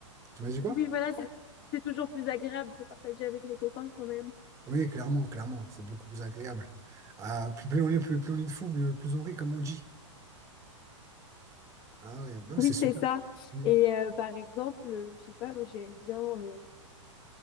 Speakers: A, on the right; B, on the left.
A: tu m'as dit quoi?
B: oui, voilà, c'est c'est toujours plus agréable de partager avec les copains quand même.
A: Oui, clairement, clairement, c'est beaucoup plus agréable. Ah, plus, plus on est, plus, plus on est de fou, mieux- plus on rit, comme on dit. Ah oui, non, mais
B: Oui,
A: c'est super.
B: c'est ça.
A: Mm.
B: Et euh, par exemple, euh, je sais pas, moi j'aime bien, euh,